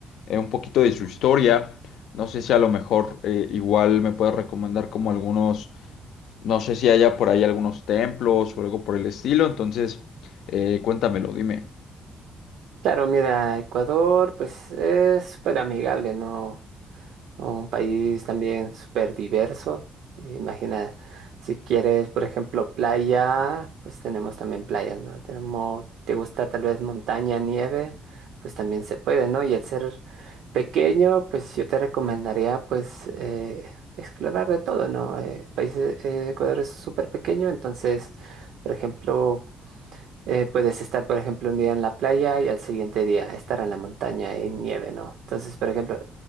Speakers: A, on the left; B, on the right.
A: eh, un poquito de su historia. No sé si a lo mejor eh, igual me puedes recomendar como algunos no sé si haya por ahí algunos templos o algo por el estilo, entonces eh, cuéntamelo, dime.
B: Claro, mira, Ecuador pues es súper amigable, ¿no? Un país también súper diverso. Imagina, si quieres, por ejemplo, playa, pues tenemos también playas, ¿no? Tenemos, ¿te gusta tal vez montaña, nieve? Pues también se puede, ¿no? Y el ser pequeño, pues yo te recomendaría pues eh, explorar de todo, ¿no? Eh, países, eh, Ecuador es súper pequeño, entonces, por ejemplo, eh, puedes estar, por ejemplo, un día en la playa y al siguiente día estar en la montaña en nieve, ¿no? Entonces, por ejemplo,